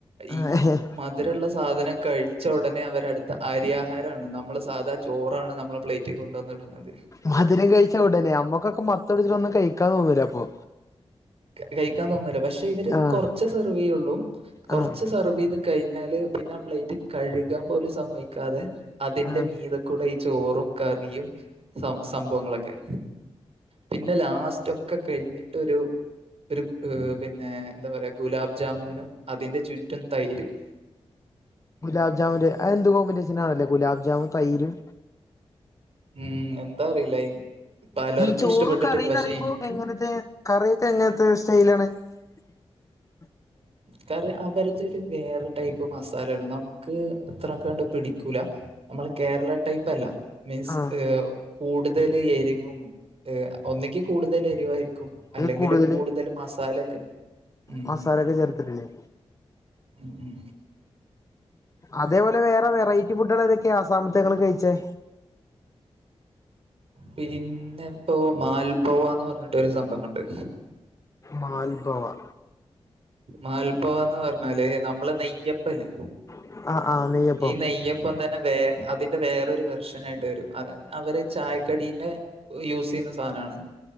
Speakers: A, on the left; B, on the right.
A: ആഹ്
B: ഈ മധുരള്ള സാധനം കഴി ച്ച ഉടനെ അവര് അടുത്ത അരിയാ ആഹാരാണ് നമ്മള സാധാ ചോറാണ് നമ്മളെ പ്ലേറ്റീ കൊണ്ടെന്നിടുന്നത്
A: മധുരകഴിച്ച ഉടനെ നമ്മക്കെക്കെ മത്തുടിച്ചിട്ടൊന്നും കഴിക്കാൻ തന്നൂലപ്പേ
B: കഴിക്കാൻ തോന്നൂല പക്ഷെ ഇവര്
A: ആഹ്
B: കെർച്ച് സെർവെയ്യെള്ളൂ കെർച്ച്
A: ആഹ്
B: സെർവൈത് കഴിഞ്ഞാല് പിന്നെ ആ പ്ലേറ്റ് കഴികാൻ പോലും സമ്മയ്ക്കാതെ അതിന്റെ
A: ആഹ്
B: മീതക്കൂടെ ചോറും, കറിയും, സംഭവങ്ങളൊക്കെ പിന്നെ ലാസ്റ്റെക്കെ കഴിഞ്ഞിട്ടൊരു ഒര് പിന്നെ എന്താപറയാ ഗുലാബ് ജാമുനും അതിന്റെ ചുറ്റും തൈരും
A: ഗുലാബ് ജാമുല് അ എന്ത് കോമ്പിനേഷെനാണല്ലേ ഗുലാബ് ജാമുൻ തൈരും
B: ഉം എന്താ അറിയില്ല പലർക്കും
A: ഈ ചോറ്
B: ഇഷ്ടപ്പെട്ടിട്ടില്ല
A: കറിന്നറയുമ്പോ
B: പക്ഷെ എനിക്ക്
A: എങ്ങെനത്തെ കറിയൊക്കെ എങ്ങെനത്തെ സ്റ്റൈലാണ്. <inaudible>
B: കറി അവരതൊരു വേറെ ടൈപ്പ് മസാലടണം ക്ക് അത്ര കണ്ട് പിടിക്കൂല നമ്മള കേരള ടൈപ്പ് അല്ല മീൻസ്
A: ആഹ്
B: ഏ കൂടുതൽ എരിവും ഒന്നക്ക് കൂടുതൽ എരിവായിരിക്കും അല്ലെങ്കില്
A: ഈ കൂടുതല്
B: കൂടുതൽ മസാല ഒക്കെ ഉം
A: മസാലൊക്കെ ചേർത്തിട്ടില്ലേ
B: ഉം ഉം
A: അതേപോലെ വേറെ വെററ്റി ഫുഡുകൾ എതൊക്കെയാണ് അസമത്തെ കഴിച്ചേ
B: പിന്നെ ഇപ്പോ മാൽപാവാ പറഞ്ഞിട്ട് ഒരു സംഭവുണ്ട്
A: മാൽപാവ
B: മാൽപാവാ പറഞ്ഞാല് നമ്മള് നെയ്യപ്പല്ലേ
A: ആഹ് ആഹ് നെയ്യപ്പം
B: ഈ നെയ്യപ്പ ഇപ്പം തന്നെ വേ അതിന്റെ വേറൊരു വെർഷന ആയിട്ട് വരും അ അവര് ചായക്കടീന്റെ യൂസ് ചെയ്യുന്ന സാധനമാണ്